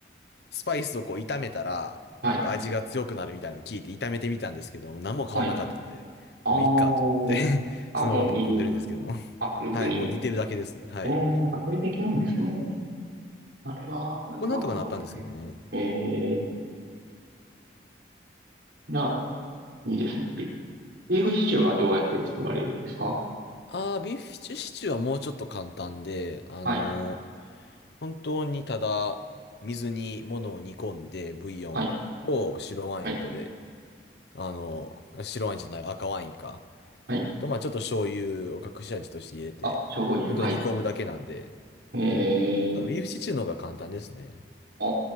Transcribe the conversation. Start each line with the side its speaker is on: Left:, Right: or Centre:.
Left: スパイスをこう炒めたら、
Right: はい、
Left: なんか味が強くなるみたいなの聞いて炒めてみたんですけど、何も変わらなかったので、
Right: はい。あー、
Left: もういいかと思って <laughs>
Right: あ、
Left: そのままぶっ込んでるんですけども。
Right: もう煮る。あ、水に。
Left: はい、もう煮てるだけですね。はい。
Right: えー、あ、それでいけるんですね。あれは、何があかんかったね。
Left: これなんとかなったんですけどね。
Right: えー、じゃあ、いいですね。ビビーフシチューはどうやって作られるんですか
Left: あー、ビーフシチューシチューはもうちょっと簡単で、あの、
Right: はい、
Left: 本当にただ、水に物を煮込んで、ブイヨンと白ワインとで、
Right: はい、はい。
Left: あの、白ワインじゃない、赤ワインか。
Right: はい
Left: と、まあちょっと醤油を隠し味として入れて、
Right: あ、醤油、
Left: 本当に煮込むだけなんで、
Right: はい。ええ
Left: ちょっとビーフシチューの方が簡単ですね。
Right: あ